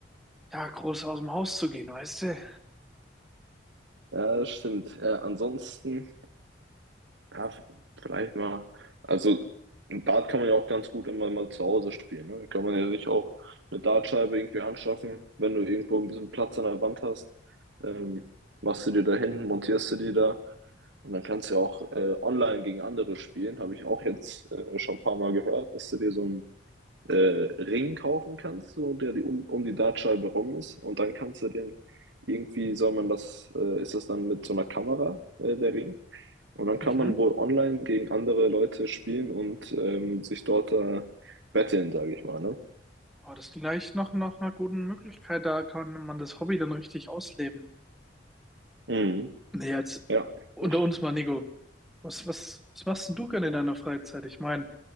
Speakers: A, in the centre; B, on the right.
A: ja, groß aus dem Haus zu gehen, weißt du.
B: Ja, das stimmt. Äh, ansonsten, ja, vielleicht mal. Also, Dart kann man ja auch ganz gut immer mal zu Hause spielen. Ne? Kann man ja sich auch eine Dartscheibe irgendwie anschaffen, wenn du irgendwo ein bisschen Platz an der Wand hast. Ähm, machst du dir da hin, montierst du die da. Und dann kannst du ja auch äh, online gegen andere spielen. Habe ich auch jetzt äh, schon ein paar Mal gehört, dass du dir so ein äh, Ring kaufen kannst, so der die um, um die Dartscheibe rum ist. Und dann kannst du den irgendwie, soll man das, äh, ist das dann mit so einer Kamera, äh, der Ring. Und dann kann
A: Mhm.
B: man wohl online gegen andere Leute spielen und ähm, sich dort äh, betteln, sage ich mal, ne?
A: Boah, das ist gleich noch nach einer guten Möglichkeit, da kann man das Hobby dann richtig ausleben.
B: Mhm.
A: Nee, jetzt
B: Ja,
A: unter
B: das,
A: uns mal, Nico. Was, was, was machst denn du gerne in deiner Freizeit? Ich meine,